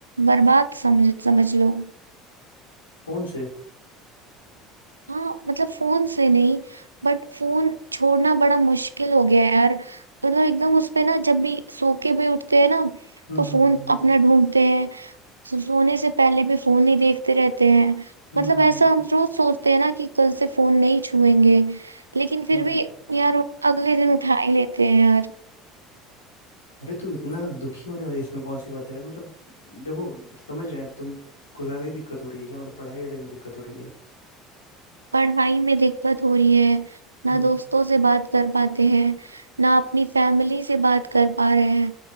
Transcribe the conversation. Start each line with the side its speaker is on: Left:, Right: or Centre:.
Right: बर्बाद समझ समझ लो
Left: फोन से
Right: हाँ मतलब फोन से नहीं बट फोन छोड़ना बड़ा मुश्किल हो गया है यार मतलब एकदम उस पे ना जब भी सो के भी उठते हैं ना
Left: हम्म
Right: तो फोन
Left: हम्म हम्म
Right: अपना ढूंढते हैं सो- सोने से पहले भी फोन ही देखते रहते हैं
Left: हम्म
Right: मतलब
Left: हम्म हम्म
Right: ऐसा
Left: हम्म,
Right: हम रोज सोचते हैं ना कि कल से फोन नहीं छुएंगे लेकिन फिर
Left: हम्म। हम्म।
Right: भी यार अगले दिन उठा ही लेते हैं यार
Left: अरे तू इतना दुखी होने वाली इसमें कौन सी बात है यार मतलब देखो समझ रहे हैं तुम को ज्यादा ही दिक्कत हो रही है क्या मतलब पढ़ाई वढ़ाई में दिक्कत हो रही है
Right: पढ़ाई में दिक्कत हो रही है ना
Left: हम्म
Right: दोस्तों से बात कर पाते हैं ना अपनी फैमिली से बात कर पा रहे हैं